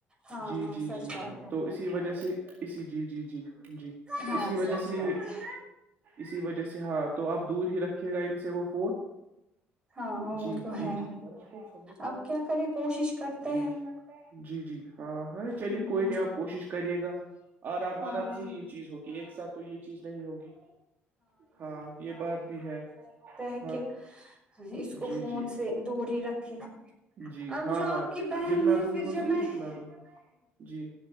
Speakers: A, on the right (about 20°); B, on the right (about 50°).
A: ہاں
B: جی
A: ہاں
B: جی
A: سچ
B: جی
A: بات ہے
B: تو اسی وجہ سے <unintelligible> اسی جی جی جی <unintelligible> جی تو
A: ہاں
B: اسی وجہ
A: سچ
B: سے یہ
A: بات ہے
B: اسی وجہ <unintelligible> جیسے ہاں تو آپ دور ہی رکھیے گا ان سے وہ فون
A: ہاں وہ
B: جی
A: تو
B: جی
A: ہے
B: جی
A: اب کیا کرے کوشش کرتے
B: جی
A: ہیں
B: جی جی ہاں ہرے چلیے
A: ہوں
B: کوئی نہیں آپ کوشش کریے گا آرام
A: ہاں
B: آرام سے ہی یہ چیز ہوگی ایک ساتھ تو یہ چیز نہیں ہوگی ہاں یہ بات بھی ہے <unintelligible>
A: ک <unintelligible> اس کو
B: جی
A: فون
B: جی
A: سے دور ہی رکھے
B: جی
A: اب
B: ہاں
A: جو آپ
B: ہاں
A: کی بہن
B: جتنا
A: ہے
B: دور
A: پھر
B: ہو
A: جب
B: سکے
A: میں ہ
B: اتنا دور جی